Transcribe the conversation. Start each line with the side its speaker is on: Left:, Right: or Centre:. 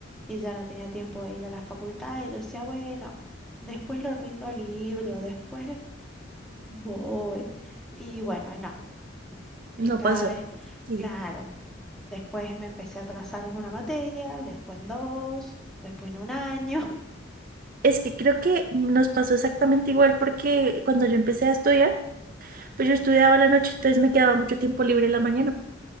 Centre: y ya no tenía tiempo de ir a la facultad y yo decía, bueno, después lo rindo libre o después voy. Y bueno, y no. Y
Right: no
Centre: cada
Right: pasó.
Centre: vez,
Right: Sí.
Centre: claro, después me empecé a atrasar en una materia, después en dos, después en un año.
Right: Es que creo que nos pasó exactamente igual porque cuando yo empecé a estudiar, pues yo estudiaba la noche, entonces me quedaba mucho tiempo libre en la mañana.